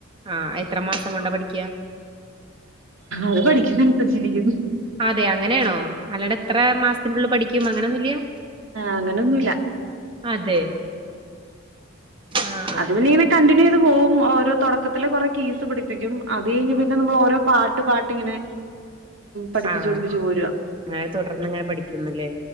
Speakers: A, on the right; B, on the right.
A: ആഹ് എത്ര മാസം കൊണ്ടാ പഠിക്കുക
B: അത് പഠിക്കുന്ന അനുസരിച്ചിരിക്കും
A: അതെ അങ്ങനെയാണോ അല്ലാതെ എത്ര മാസത്തിനുള്ളിൽ പഠിക്കും അങ്ങനെയൊന്നുംഇല്ല്യാ
B: അങ്ങനൊന്നുമില്ല
A: അതെ ആ
B: അത് പിന്നെ കണ്ടിന്യു ചെയ്തു പോകും ഓരോ തെടക്കത്തില് കെറെ കീസ് പിടിപ്പിക്കും അത്കഴിഞ്ഞ് പി ഓരോ പാട്ട് പാട്ട് ഇങ്ങനെ പഠിപ്പിച്ചു
A: ആഹ്
B: പഠിപ്പിച്ചു പോരുവാ
A: അങ്ങനെ തുടർന്ന് ഇങ്ങനെ പഠിക്കുന്നില്ലേ